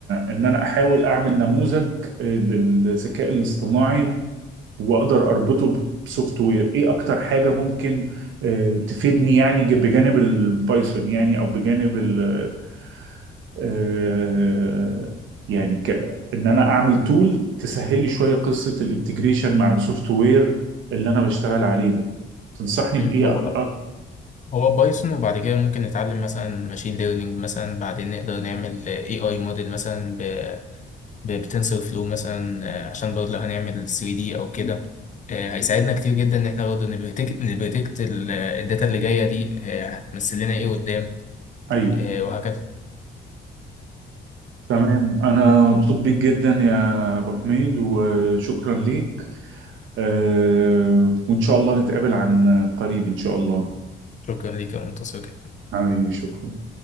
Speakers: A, on the right; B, on the left.
A: ان انا احاول اعمل نموذج للذكاء الاصطناعي واقدر اربطه بسوفت وير ايه اكتر حاجه ممكن آه، تفيدني يعني ج- بجانب البايثون يعني او بجانب ال آه، يعني ك... ان انا اعمل تول تسهل لي شويه قصه الانتجريشن مع السوفت وير اللي انا بشتغل عليه ده تنصحني بايه
B: أمم. هو
A: أك... أك...
B: هو بايثون وبعد كده ممكن نتعلم مثلا ماشين ليرنينج مثلا بعدين نقدر نعمل اي اي موديل مثلا ب... ب... بتنسر فلو مثلا آه، عشان برضه لو هنعمل 3 دي او كده آه، هيساعدنا كتير جدا ان احنا برضه نبريتكت نبريتكت ال- الداتا اللي جاية دي آه، هتمثل لنا ايه قدام
A: ايوه
B: آه، وهكذا
A: تمام انا مبسوط بيك جدا يا ابو حميد وشكرا ليك آه، وان شاء الله نتقابل عن قريب ان شاء الله
B: شكرا ليك يا منتصر جدا
A: حبيبي شكرا